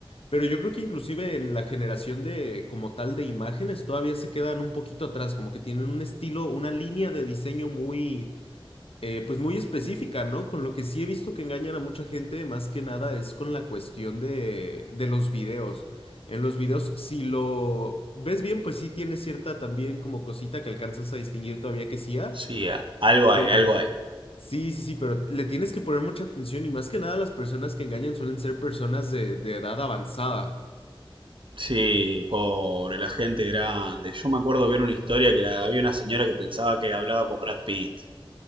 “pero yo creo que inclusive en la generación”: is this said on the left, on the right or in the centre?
Left